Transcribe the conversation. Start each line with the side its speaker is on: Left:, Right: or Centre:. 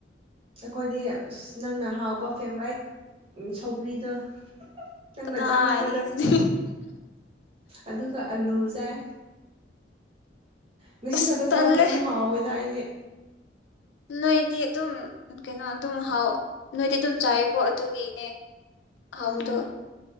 Right: ꯑꯩꯈꯣꯏꯗꯤ ꯑꯁ ꯅꯪꯅ ꯍꯥꯎꯕ ꯐꯦꯚꯣꯔꯥꯏꯠ ꯁꯧꯒ꯭ꯔꯤꯗꯣ ꯅꯪꯅ
Left: ꯀꯗꯥꯏꯗꯒꯤ
Right: ꯆꯥꯅꯤꯡꯕꯗꯣ
Left: ꯑꯗꯨꯗꯤ
Right: ꯑꯗꯨꯒ ꯑꯂꯨ ꯆꯥꯏ ꯉꯁꯤ
Left: ꯑꯁ
Right: ꯈꯛꯇ
Left: ꯇꯜꯂꯦ
Right: ꯆꯥꯕꯒꯤ ꯑꯃꯨꯛ ꯍꯥꯎꯋꯦꯗ ꯑꯩꯗꯤ
Left: ꯅꯣꯏꯗꯤ ꯑꯗꯨꯝ ꯀꯩꯅꯣ ꯑꯗꯨꯝ ꯍꯥꯎ ꯅꯣꯏꯗꯤ ꯑꯗꯨꯝ ꯆꯥꯏꯌꯦꯀꯣ ꯑꯗꯨꯒꯤꯅꯦ ꯍꯥꯎꯕꯗꯣ
Right: ꯎꯝ